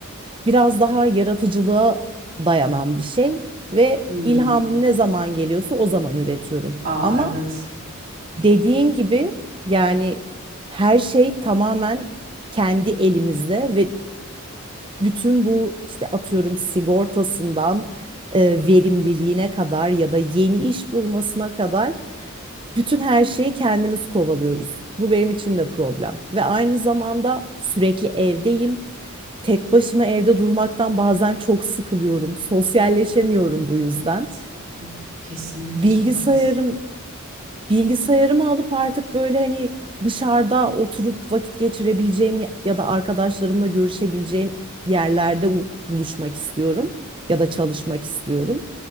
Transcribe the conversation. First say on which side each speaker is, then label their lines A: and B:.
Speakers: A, on the right; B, on the right.
A: biraz daha yaratıcılığa dayanan bir şey ve
B: Hmm.
A: ilhamım ne zaman geliyorsa o zaman üretiyorum.
B: Aa
A: Ama
B: evet.
A: Dediğin gibi yani her şey tamamen kendi elimizde ve bütün bu işte atıyorum sigortasından e, verimliliğine kadar ya da yeni iş bulmasına kadar bütün her şeyi kendimiz kovalıyoruz. Bu benim için de problem. Ve aynı zamanda sürekli evdeyim. Tek başıma evde durmaktan bazen çok sıkılıyorum. Sosyalleşemiyorum bu yüzden.
B: Kesinlikle. Kesinlikle
A: Bilgisayarım
B: çok haklısın.
A: bilgisayarımı alıp artık böyle hani dışarıda oturup vakit geçirebileceğim ya ya da arkadaşlarımla görüşebileceğim yerlerde u- buluşmak istiyorum ya da çalışmak istiyorum.